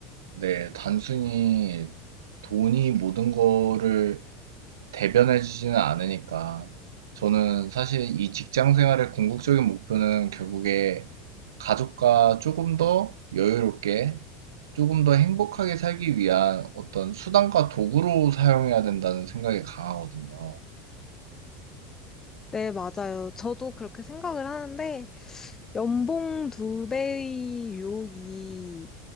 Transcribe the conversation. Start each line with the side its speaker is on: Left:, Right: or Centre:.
Right: 네, 단순히 돈이 모든 거를 대변해 주지는 않으니까. 저는 사실 이 직장 생활의 궁극적인 목표는 결국에 가족과 조금 더 여유롭게, 조금 더 행복하게 살기 위한 어떤 수단과 도구로 사용해야 된다는 생각이 강하거든요.
Left: 네, 맞아요. 저도 그렇게 생각을 하는데, 연봉 두 배의 유혹이